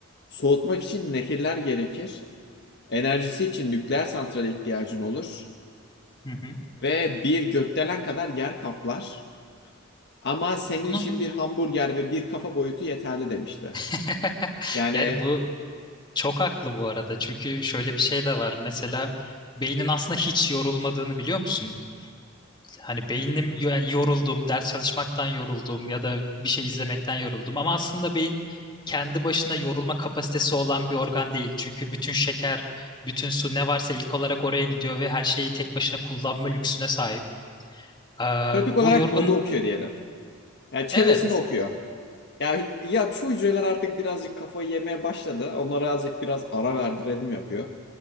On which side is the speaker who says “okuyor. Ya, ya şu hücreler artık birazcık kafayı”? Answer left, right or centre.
Left